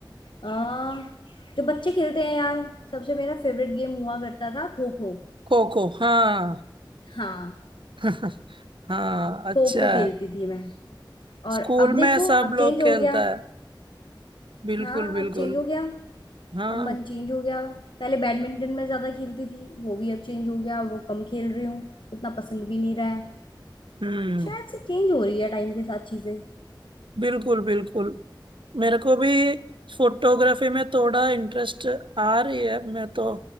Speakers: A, on the left; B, on the right.
A: आ, जो बच्चे खेलते हैं यार सबसे मेरा फेवरेट गेम हुआ करता था खो खो
B: खो खो हाँ
A: हाँ
B: <laughs> हाँ अच्छा
A: खो खो खेलती
B: है
A: थी मैं
B: स्कूल
A: और अब देखो
B: में सब
A: अब
B: लोग
A: चेंज
B: खेलता
A: हो गया
B: है बिल्कुल
A: हाँ
B: बिल्कुल
A: अब चेंज हो गया
B: हाँ
A: अब मन चेंज हो गया पहले बैडमिंटन में ज्यादा खेलती थी वो भी अब चेंज हो गया वो कम खेल रही हूँ उतना पसंद भी नहीं रहा है
B: हम्म
A: शायद से चेंज हो रही है टाइम के साथ चीजें
B: बिल्कुल बिल्कुल मेरे को भी फोटोग्राफी में थोड़ा इंटरेस्ट आ रही है मैं तो